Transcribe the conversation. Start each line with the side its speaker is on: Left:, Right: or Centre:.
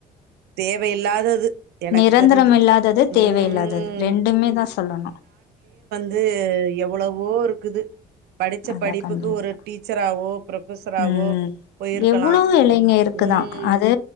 Right: தேவையில்லாதது எனக்கு
Left: நிரந்தரம்
Right: தெரிஞ்சு
Left: இல்லாதது தேவையில்லாதது
Right: ம்
Left: ரெண்டுமே தா சொல்லனு
Right: ந்து எவ்ளவோ இருக்குது படிச்ச
Left: அதான்
Right: படிப்புக்கு
Left: கண்டிப்பா.
Right: ஒரு டீச்சராவோ ப்ரொஃபஸராவோ
Left: ம்
Right: போயிருக்கலா
Left: எவ்ளோ வேளைங்க இருக்குதா
Right: ம்
Left: அது